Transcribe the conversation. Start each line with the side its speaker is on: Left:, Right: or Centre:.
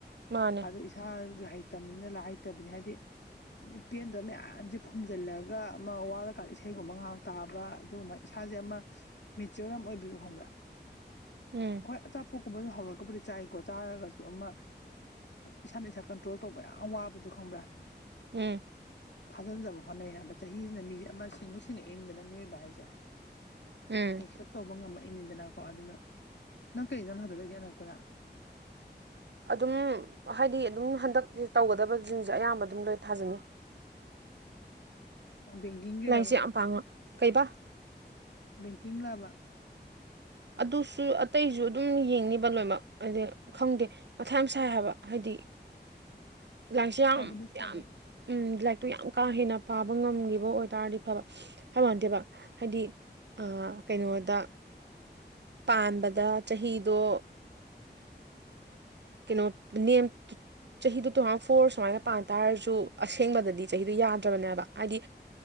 Right: ꯃꯥꯅꯦ
Left: ꯑꯗꯨ ꯏꯁꯥꯒꯤ ꯍꯩꯇꯕꯅꯤꯅ ꯂꯥꯏ ꯍꯩꯇꯕꯅꯤ ꯍꯥꯏꯗꯤ ꯄꯦꯟꯗꯕ ꯃꯌꯥꯝꯁꯦ ꯐꯨꯝꯖꯤꯜꯂꯒ ꯑꯃ ꯋꯥꯔꯀꯥꯟꯗ ꯏꯁꯩꯒꯨꯝꯕ ꯉꯥꯏꯍꯥꯛ ꯇꯥꯕ ꯑꯗꯨꯒꯨꯝꯕ ꯏꯁꯥꯁꯦ ꯑꯃ ꯃꯤꯖꯣꯔꯥꯝ ꯑꯣꯏꯕꯤꯔ ꯈꯕ꯭ꯔꯥ
Right: ꯎꯝ
Left: ꯍꯣꯏ ꯑꯆꯥꯄꯣꯠꯀꯨꯝꯕ ꯑꯗꯨ ꯍꯧꯔꯒꯕꯨꯗꯤ ꯆꯥꯏꯀꯣ ꯆꯥꯔꯒꯁꯨ ꯑꯃ ꯏꯁꯥꯅ ꯏꯁꯥ ꯀꯟꯇ꯭ꯔꯣꯜ ꯇꯧꯕ ꯌꯥꯝ ꯋꯥꯕꯗꯣ ꯈꯪꯕ꯭ꯔꯥ
Right: ꯎꯝ
Left: ꯐꯥꯖꯤꯟꯖꯕ ꯍꯣꯠꯅꯩ ꯍꯥꯏꯕ ꯆꯍꯤꯁꯤꯅ ꯃꯤꯁꯦ ꯑꯃ ꯁꯤꯡꯎ ꯁꯤꯡꯅ ꯏꯟꯗꯅ ꯃꯤꯑꯣꯏꯕ ꯍꯥꯏꯁꯦ
Right: ꯎꯝ
Left: ꯑꯦꯛꯁꯦꯞ ꯇꯧꯕ ꯉꯝꯃꯛꯏꯅꯤꯗꯅꯀꯣ ꯑꯗꯨꯅ ꯅꯪ ꯀꯩꯗꯪ ꯍꯥꯟꯗꯣꯛꯂꯒꯦ ꯑꯅꯂꯛꯄꯗ
Right: ꯑꯗꯨꯝ ꯍꯥꯏꯗꯤ ꯑꯗꯨꯝ ꯍꯟꯗꯛ ꯇꯧꯒꯗꯕꯁꯤꯡꯟꯁꯦ ꯑꯌꯥꯝꯕ ꯑꯗꯨꯝ ꯂꯣꯏ ꯊꯥꯖꯅꯤ
Left: ꯕꯦꯡꯀꯤꯡꯒꯤꯔꯕ
Right: ꯂꯥꯏꯔꯤꯛꯁꯦ ꯌꯥꯝ ꯄꯥꯡꯉ ꯀꯩꯕꯥ
Left: ꯕꯦꯡꯀꯤꯡ ꯂꯑꯕ
Right: ꯑꯗꯨꯁꯨ ꯑꯇꯩꯁꯨ ꯑꯗꯨꯝ ꯌꯦꯡꯅꯤꯕ ꯂꯣꯏꯅꯃꯛ ꯍꯥꯏꯗꯤ ꯈꯪꯗꯦ ꯃꯊꯥꯏ ꯃ ꯁꯥꯏ ꯍꯥꯏꯕ ꯍꯥꯏꯗꯤ ꯂꯥꯡꯁ
Left: ꯁꯥꯕꯅꯤ
Right: ꯌꯥꯝ
Left: ꯁꯥꯕꯅꯤ
Right: ꯌꯥꯝ ꯎꯝ ꯂꯥꯏꯔꯤꯛꯇꯨ ꯌꯥꯝ ꯀꯥ ꯍꯦꯟꯅ ꯄꯥꯕ ꯉꯝꯈꯤꯕ ꯑꯣꯏꯇꯥꯥꯔꯗꯤ ꯐꯕ ꯍꯥꯏ ꯃꯥꯟꯗꯦꯕ ꯍꯥꯏꯗꯤ ꯀꯩꯅꯣꯗ ꯄꯥꯟꯕꯗ ꯆꯍꯤꯗꯣ ꯀꯩꯅꯣ ꯅꯅꯤꯌꯝ ꯆꯍꯤꯗꯨ ꯇꯨ ꯊꯥꯎꯖꯟ ꯐꯣꯔ ꯁꯨꯃꯥꯏꯅ ꯄꯥꯟ ꯇꯥꯔꯁꯨ ꯑꯁꯦꯡꯕꯗꯗꯤ ꯆꯍꯤꯗꯣ ꯌꯥꯗ꯭ꯔꯕꯅꯦꯕ ꯍꯥꯏꯗꯤ